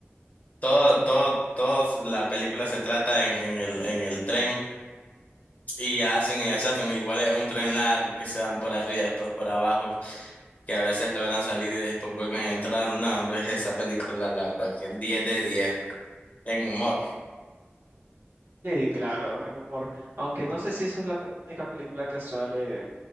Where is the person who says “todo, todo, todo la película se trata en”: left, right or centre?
Left